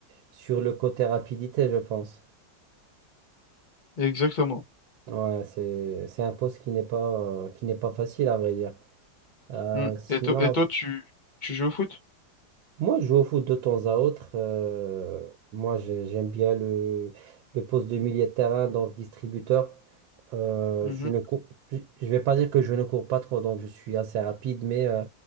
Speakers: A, on the right; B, on the left.
A: sur le côté rapidité, je pense.
B: Exactement.
A: Ouais, c'est, c'est un poste qui n'est pas, euh, qui n'est pas facile, à vrai dire. Euh,
B: Mm.
A: sinon,
B: Et, to- et toi, tu, tu joues au foot?
A: Moi, je joue au foot de temps à autre. euh, moi, j'ai- j'aime bien le, le poste de milieu de terrain, donc distributeur. Euh,
B: Mhm.
A: je ne cours, je je vais pas dire que je ne cours pas trop, donc je suis assez rapide, mais euh,